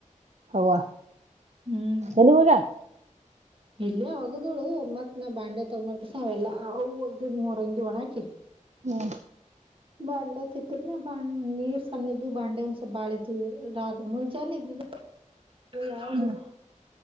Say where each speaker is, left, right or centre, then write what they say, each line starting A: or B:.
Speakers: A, on the right; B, on the right.
A: ಅವ
B: ಹ್ಮ್
A: ಎಲ್ಲಿ ಹೋಗ್ಯಾಳ.
B: ಇಲ್ಲೇ ಒಗ್ದಳು ಮತ್ತ ನಾ ಬಾಂಡ್ಯ ತೊಗಕಸ ಅವೆಲ್ಲಾ ಅವ ಒಗ್ದಿದ ಮೂರಂಗಿ ಒಣಾಕಿ.
A: ಹ್ಮ.
B: ಬಾಂಡೆ ತಿಕ್ಕದ್ನ ಬ ನೀರ ಸಣ್ಣದ್ದು ಬಾಂಡೆ ಒಂದ ಸಪ ಬಾಳಿದು ರ ಮುಂಜಾನೆ ಇದ ಯಾವದವ
A: ಹ್ಮ್